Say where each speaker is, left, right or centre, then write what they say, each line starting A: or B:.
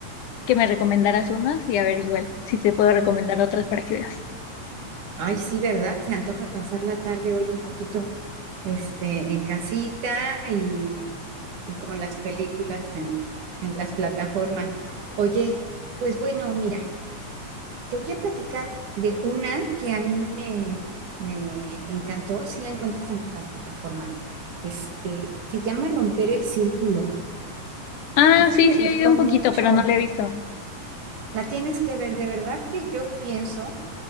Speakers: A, on the left; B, on the right.
A: que me recomendaras unas y a ver igual si te puedo recomendar otras para que veas.
B: Ay, sí, ¿verdad? Se antoja pasar la tarde hoy un poquito, este, en casita y, y con las películas en, en las plataformas. Oye, pues bueno, mira, te voy a platicar de una que a mí me, me encantó, y si la encuentras en las plataformas. Este, se llama Romper el Círculo.
A: Ah,
B: Esa
A: sí,
B: me
A: sí,
B: gustó
A: he oído un poquito,
B: mucho.
A: pero no la he visto.
B: La tienes que ver, de verdad que yo pienso.